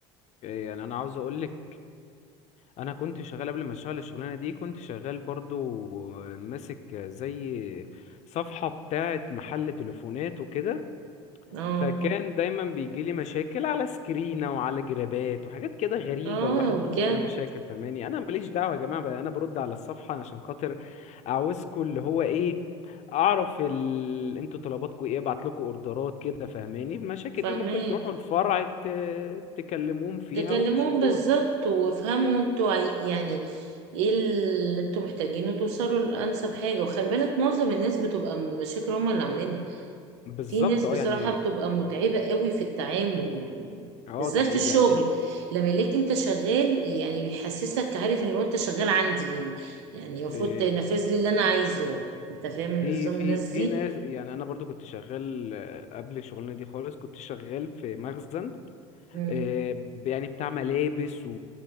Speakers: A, on the left (about 50°); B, on the right (about 80°).
A: إيه، يعني انا عاوز اقول لك انا كنت شغال قبل ما اشتغل الشغلانه دي كنت شغال برضو آه، ماسك آه، زي صفحه بتاعه محل تليفونات وكده
B: اه
A: فكان دايما بيجي لي مشاكل على سكرينة وعلى جرابات وحاجات كده غريبة
B: اه
A: الواحد ممكن
B: بجد
A: يشوف عليها مشاكل فاهماني انا ماليش دعوة يا جماعة بقى انا برد على الصفحة عشان خاطر عاوزكوا اللي هو ايه اعرف ال... انتوا طلباتكوا ايه ابعت لكم اوردرات كده فاهماني المشاكل
B: فاهمين
A: دي ممكن تروحوا الفرع ت... تكلموهم فيها
B: تكلموهم
A: وتشوفوها
B: بالظبط وافهموا انتوا عاي- يعني ايه اللي انتوا محتاجينه توصلوا لانسب حاجه وخلي بالك معظم الناس بتبقى مشاكل هما اللي عاملينها
A: بالظبط
B: في ناس
A: اه
B: بصراحه
A: يعني
B: بتبقى متعبه قوي في التعامل يعني
A: اه
B: بالذات
A: ده حقيقي
B: في الشغل
A: يعني
B: لما يلاقيك انت شغال يعني بيحسسك عارف ان هو انت شغال عندي يعني المفروض
A: إيه،
B: تنفذ لي اللي انا عايزه انت فاهم النظام
A: في في
B: الناس
A: في
B: دي
A: ناس يعني انا برضو كنت شغال آه، قبل الشغلانه دي خالص كنت شغال في مخزن
B: مم.
A: آه، يعني بتاع ملابس و...